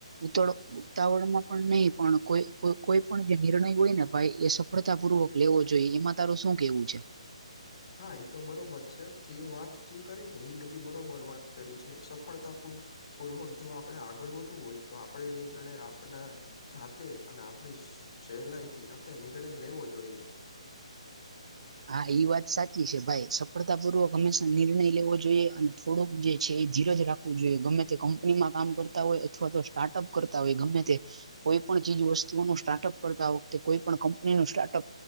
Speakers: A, on the right; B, on the left.
A: ઉતળ ઉત્તાવળ માં પણ નઈ પણ કોઈ કોઈ પણ જે નિર્ણય હોય ને ભઈ એ સફળતા પૂર્વક લેવો જોઈએ. એમાં તારું શું કેવું છે?
B: હા એ તો બરોબર છે, તે વાત જે કરી ને એ બધી બરોબર વાત કરી છે સફળતાપૂ પૂર્વક જો આપડણે આગળ વધવું હોય તો આપડણે ળીત આપને જાતે અને આપડણી સો સહેલાઈ થી આપણે નિર્ણય લેવો જોઈએ.
A: હા ઈ વાત સાચી છે, ભાઈ. ફળતાપૂર્વક હંમેશા નિર્ણય લેવો જોઈએ અને થોડુંક જે છે, એ જીરજ રાખવું જોઈએ. ગમે તે કંપનીમાં કામ કર તા હોય અથવા તો સ્ટાર્ટઅપ કરતા હોય ગમે તે. કોઈ પણ ચીજ વસ્તુઓનું સ્ટાર્ટઅપ કરતા વખતે, કોઈ પણ કંપનીનું સ્ટાર્ટઅપ